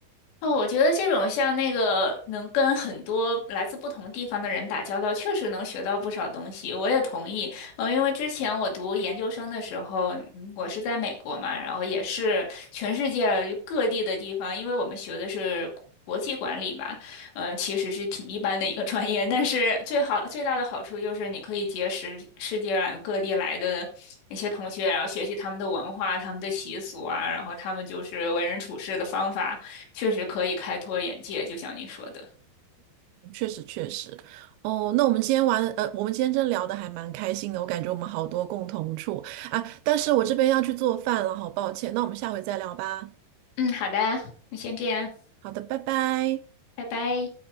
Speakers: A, on the left (about 70°); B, on the right (about 80°).
A: 哦，我觉得这种像那个能跟很多来自不同地方的人打交道，确实能学到不少东西。我也同意，嗯，因为之前我读研究生的时候，嗯我是在美国嘛，然后也是全世界各地的地方，因为我们学的是国际管理嘛，嗯，其实是挺一般的一个专业，但是最好最大的好处就是你可以结识世界来各地来的那些同学，然后学习他们的文化、他们的习俗啊，然后他们就是为人处事的方法。确实可以开拓眼界，就像你说的。
B: 确实确实，哦，那我们今天玩，呃，我们今天真聊的还蛮开心的，我感觉我们好多共同处啊，但是我这边要去做饭了，好抱歉，那我们下回再聊吧，
A: 嗯，好的，那先这样，
B: 好的，拜拜。
A: 拜拜。